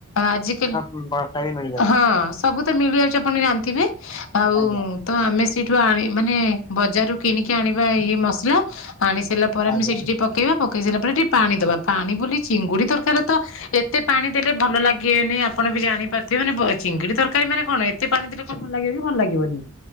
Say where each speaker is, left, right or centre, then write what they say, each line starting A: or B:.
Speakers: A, on the left (about 65°); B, on the left (about 20°).
A: ଆଜିିକାଲି
B: ହୁଁ, ବଟା ବି ମିଳି
A: ହଁ ସବୁ ତ ମିଳି ଯାଉଛି ଆପଣ ଜାଣିଥିବେ। ଆଉ
B: ଆଜ୍ଞା
A: ତ ଆମେ ସେଇଠୁ ଆଣି ମାନେ ବଜାରୁ କିଣିକି ଆଣିବା ଇଏ ମସଲା। ଆଣି ସାରିଲା ପରେ ଆମେ
B: ଆଜ୍ଞା
A: ସେଇଠି ଟିକେ ପକେଇବା ପକେଇ ସାରିଲା ପରେ ଟିକେ ପାଣି ଦବା। ପାଣି ବୋଲି ଚିଙ୍ଗୁଡ଼ି ତରକାରୀ ରେ ତ ଏତେ ପାଣି ଦେଲେ ଭଲ ଲାଗେନି ଆ ପଣ ବି ଜାଣି ପାରୁଥିବେ ମାନେ ବ-ଚିଙ୍ଗିଡି ତରକାରୀ ମାନେ କଣ ଏତେ ପାଣି ଦେଲେ କଣ ଲାଗିବ କି ଭଲ ଲାଗିବନି।